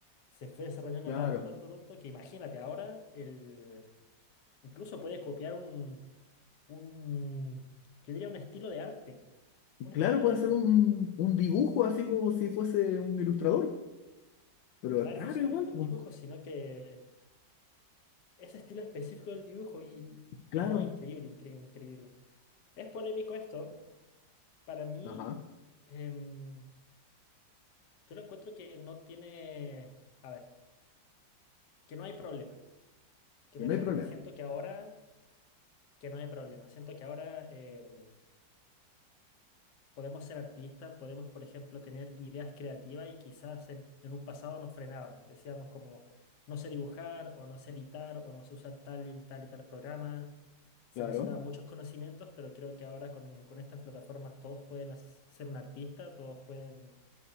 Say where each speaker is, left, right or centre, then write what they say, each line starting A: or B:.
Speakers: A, on the left; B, on the left.
A: Se fue desarrollando
B: Claro,
A: tanto, tanto, tanto, que imagínate ahora el, Incluso puede copiar un, un, yo diría un estilo de arte. Un
B: claro,
A: estilo
B: puede
A: de arte.
B: ser un, un dibujo así como si fuese un ilustrador, pero
A: Claro,
B: es raro
A: y no solamente
B: igual,
A: un
B: pues.
A: dibujo, sino que ese estilo específico del dibujo y,
B: Claro,
A: y- y no, increíble, increíble, increíble. Es polémico esto. Para mí,
B: ajá,
A: em, yo lo encuentro que no tiene, a ver, que no hay problemas, que
B: y
A: no
B: no
A: hay problemas.
B: hay problema.
A: Siento que ahora, que no hay problemas. Siento que ahora... em, podemos ser artistas, podemos, por ejemplo, tener ideas creativas y quizás en, en un pasado nos frenábamos, decíamos como no sé dibujar o no sé editar o no sé usar tal y tal y tal programa. Se
B: Claro,
A: necesitaban muchos conocimientos, pero creo que ahora con, con estas plataformas todos pueden as- ser un artista, todos pueden